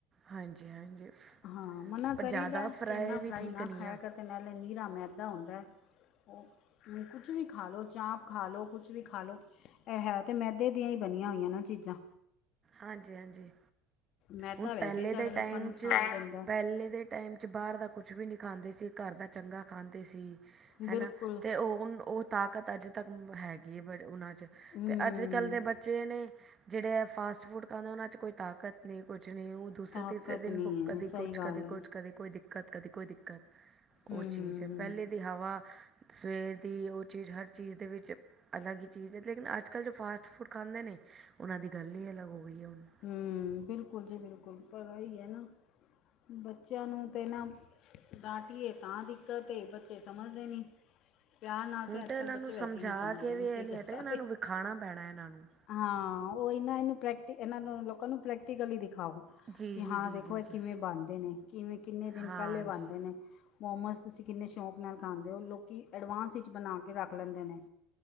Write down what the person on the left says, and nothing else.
ਹਾਂ, ਮਨਾ
ਕਰੀਦੈ
ਕਿ ਐਨਾਂ
ਫਰਾਈ
ਨਾ
ਖਾਇਆ
ਕਰ ਤੇ ਨਾਲੇ ਨੀਰਾ ਮੈਦਾ ਹੁੰਦੈ ਉਂ ਕੁਛ ਵੀ ਖਾ ਲੋ ਚਾਂਪ ਖਾ ਲੋ ਕੁਛ ਵੀ ਖਾ ਲੋ ਐਹ ਹੈ ਤੇ ਮੈਦੇ ਦੀਆਂ ਈ ਬਨੀਆਂ ਹੋਈਆਂ ਨਾ ਚੀਜਾਂ।
ਮੈਦਾ
ਵੈਸੇ
ਹੀ ਸਾਡੇ
ਲੋਕਾਂ
ਨੂੰ ਨੁਕਸਾਨ
ਦਿੰਦਾ ਹੈ।
ਬਿਲਕੁਲ
ਹੂੰ
ਤਾਕਤ
ਨਹੀਂ
ਹੈ ਸਹੀ
ਗੱਲ
ਹੈ
ਹੂੰ
ਹੂੰ
ਹੂੰ
ਹੂੰ, ਬਿਲਕੁਲ ਜੀ ਬਿਲਕੁਲ, ਪਰ ਓ ਈ ਏ ਨਾ ਬੱਚਿਆਂ ਨੂੰ ਤੇ ਨਾ ਡਾਂਟੀਏ ਤਾਂ ਦਿੱਕਤ ਏ। ਬੱਚੇ ਸਮਝਦੇ ਨੀ ਪਯਾਰ ਨਾਲ
ਤੇ ਅੱਜ
ਕੱਲ
ਬੱਚੇ
ਵੈਸੇ ਈ ਨਈ ਸਮਝਦੇ
ਮੈਂ
ਸਈ ਦੱਸਾਂ
ਤੇ
ਹਾਂ ਓਹ ਈ ਨਾ, ਇਹਨੂੰ ਪ੍ਰੈਕਟੀ ਐਨਾਂ ਨੂੰ ਲੋਕਾਂ ਨੂੰ ਪ੍ਰੈਕਟੀਕਲੀ ਈ ਦਿਖਾਓ
ਕਿ
ਹਾਂ
ਦੇਖੋ
ਐ
ਕਿਵੇ ਬਾਨਦੇ ਨੇ ਕਿਵੇ ਕਿੰਨੇ ਦਿਨ
ਪੈਲੇ ਬਾਨਦੇ ਨੇ ਮੋਮੋਸ ਤੁਸੀ ਕਿੰਨੇ ਸ਼ੌਕ ਨਾਲ ਖਾਂਦੇ ਓ ਲੋਕੀ ਐਡਵਾਂਸ ਇਚ ਬਨਾ ਕੇ ਰਾੱਕ ਲੈਂਦੇ ਨੇ।